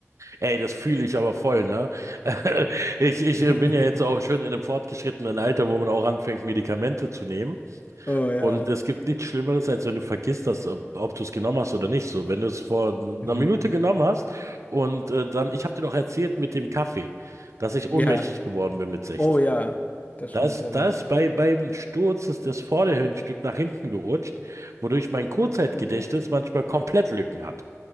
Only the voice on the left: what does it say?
<laughs>
Oh ja.
Mhm.
Ja.
Oh ja. Das
stimmt ja dann.
Oh.